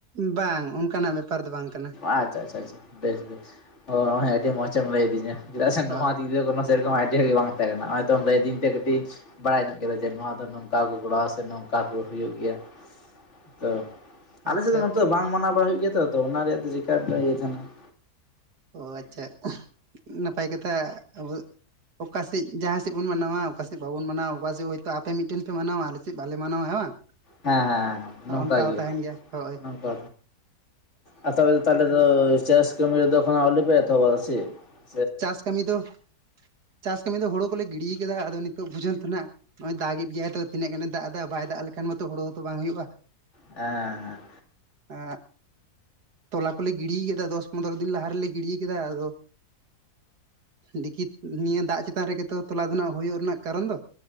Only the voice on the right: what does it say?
ᱵᱟᱝ ᱚᱱᱠᱟᱱᱟᱜ ᱵᱮᱯᱟᱨ ᱫᱚ ᱵᱟᱝ ᱠᱟᱱᱟ
ᱦᱳᱭ
ᱟᱪᱪᱷᱟ
ᱚ ᱟᱪᱪᱷᱟ ᱱᱟᱯᱟᱭ ᱠᱟᱛᱷᱟ ᱟᱵᱚ ᱚᱠᱟ ᱥᱮᱫ ᱡᱟᱦᱟᱸ ᱥᱮᱫ ᱵᱚᱱ ᱢᱟᱱᱟᱣᱟ ᱚᱠᱟ ᱥᱮᱫ ᱵᱟᱵᱚᱱ ᱢᱟᱱᱟᱣᱟ ᱚᱠᱟ ᱥᱮᱫ ᱦᱳᱭᱛᱳ ᱟᱯᱮ ᱢᱤᱫᱴᱮᱱ ᱯᱮ ᱢᱟᱱᱟᱣᱟ ᱟᱞᱮ ᱥᱮᱫ ᱵᱟᱞᱮ ᱢᱟᱱᱟᱣᱟ ᱦᱮ ᱵᱟᱝ
ᱚᱱᱠᱟ ᱦᱚᱸ
ᱛᱟᱦᱮᱱ ᱜᱮᱭᱟ ᱦᱳᱭ
ᱪᱟᱥ ᱠᱟᱹᱢᱤ ᱫᱚ ᱪᱟᱥ ᱠᱟᱹᱢᱤ ᱫᱚ ᱦᱩᱲᱩ ᱠᱚᱞᱮ ᱜᱤᱰᱤ ᱠᱟᱫᱟ ᱟᱫᱚ ᱱᱤᱛᱚᱜ ᱯᱚᱡᱚᱱᱛᱚ ᱱᱟᱜ ᱱᱚᱜᱼᱚᱭ ᱫᱟᱜ ᱮ ᱜᱮᱭᱟᱭ ᱛᱚ ᱛᱤᱱᱟᱹᱜ ᱜᱟᱱ ᱫᱟᱜ ᱮᱫᱟ ᱵᱟᱭ ᱫᱟᱜ ᱞᱮᱠᱷᱟᱱ ᱢᱟᱛᱚ ᱦᱩᱲᱩ ᱛᱚ ᱵᱟᱝ ᱦᱩᱭᱩᱜᱼᱟ ᱾
ᱮ ᱛᱚᱞᱟ ᱠᱚᱞᱮ ᱜᱤᱰᱤᱭ ᱠᱮᱫᱟ ᱫᱚᱥ ᱯᱚᱱᱨᱚ ᱫᱤᱱ ᱞᱟᱦᱟ ᱨᱮᱞᱮ ᱜᱤᱰᱤ ᱠᱮᱫᱟ ᱟᱫᱚ ᱫᱮᱠᱷᱤ ᱱᱤᱭᱟᱹ ᱫᱟᱜ ᱪᱮᱛᱟᱱ ᱨᱮᱜᱮ ᱛᱚ ᱛᱚᱞᱟ ᱫᱚ ᱱᱟᱜ ᱦᱩᱭᱩᱜ ᱨᱮᱱᱟᱜ ᱠᱟᱨᱚᱱ ᱫᱚ